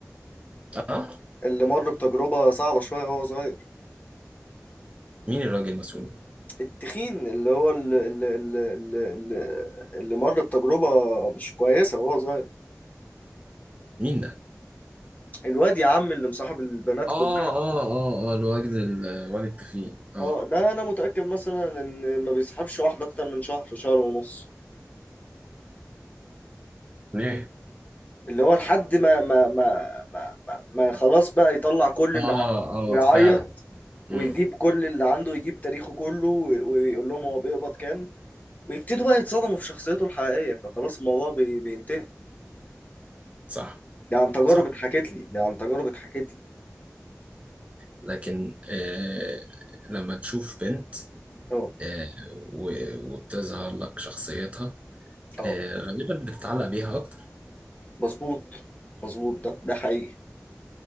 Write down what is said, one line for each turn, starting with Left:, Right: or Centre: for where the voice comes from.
Right: اه
Left: اللي مر بتجربة صعبة شوية وهو صغير
Right: مين الراجل المسؤول ده؟
Left: التخين اللي هو اللي, اللي, اللي, اللي, اللي مر بتجربة مش كويسة وهو صغير
Right: مين ده؟
Left: الواد يا عم اللي مصاحب البنات
Right: اه
Left: كلها
Right: اه اه اه الواد ال- الواد التخين اه
Left: اه ده انا متأكد مثلا ان ما بيصاحبش واحدة اكتر من شهر شهر ونص
Right: ليه؟
Left: اللي هو لحد ما ما ما ما, ما, ما خلاص بقى يطلع كل
Right: اه
Left: اللي عنده ويعيط
Right: اه فعلا
Left: ويجيب
Right: مم.
Left: كل اللي عنده ويجيب تاريخه كله وي- ويقول لهم هو بيقبض كام ويبتدوا بقى يتصدموا في شخصيته الحقيقية فخلاص الموضوع بي- بينتهي
Right: صح
Left: ده عن تجارب
Right: صح
Left: اتحكت لي ده عن تجارب اتحكت لي
Right: لكن آه لما تشوف بنت
Left: اه
Right: آه و- وبتظهر لك شخصيتها
Left: اه
Right: آه غالبا بتتعلق بيها اكتر
Left: مظبوط مظبوط ده ده حقيقي